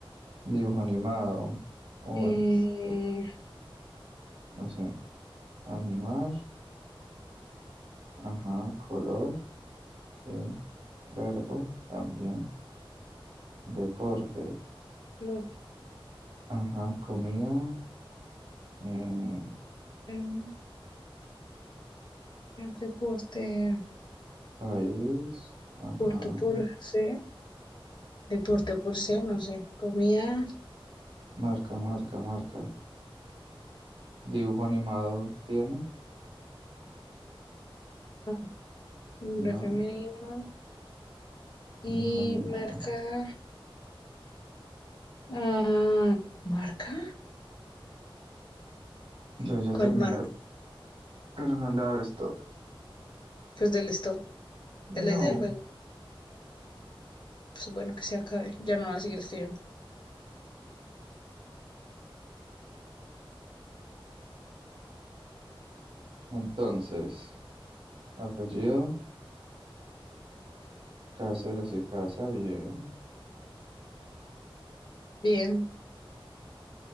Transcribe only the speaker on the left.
Eh,
lo-
eh, deporte,
deporte por C, deporte por C, no sé. Comida,
Ah, nombre
femenino y
marca. ah, ¿marca?
¿Cuál
marca?
Pues del stop,
es la idea del juego. Pues bueno, que se acabe, ya no voy a seguir escribiendo.
Bien,